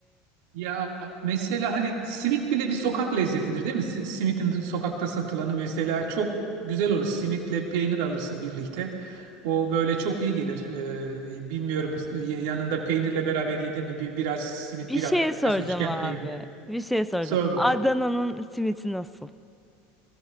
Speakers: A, on the right; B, in the centre.
A: Ya mesela hani simit bile bir sokak lezzetidir değil mi? Si- Simitin de sokakta satılanı mesela çok güzel olur. Simitle peynir alırsın birlikte. O böyle çok iyi gelir. Ee, bilmiyorum y- yanında peynirle beraber yedin mi? Bir, biraz simit,
B: Bir
A: biraz
B: şey soracağım
A: üçgen
B: abi.
A: peynir.
B: Bir şey soracağım.
A: Sor bakayım.
B: Adana'nın simiti nasıl?